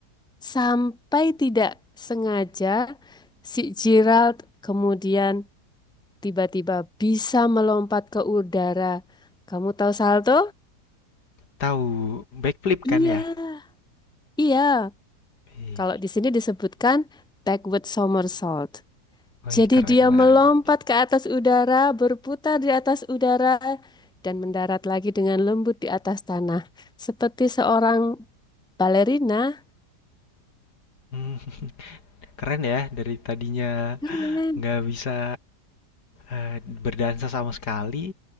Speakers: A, in the centre; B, on the left.
A: Sampai tidak sengaja si Gerald kemudian tiba-tiba bisa melompat ke udara. Kamu tahu salto?
B: tahu backflip
A: Iya,
B: kan ya?
A: iya.
B: Wih,
A: Kalau di sini disebutkan backward somersault.
B: wih,
A: Jadi
B: keren
A: dia
B: banget.
A: melompat ke atas udara, berputar di atas udara, dan mendarat lagi dengan lembut di atas tanah. Seperti seorang balerina.
B: Hmm, keren ya dari tadinya
A: Keren.
B: nggak bisa eh, berdansa sama sekali,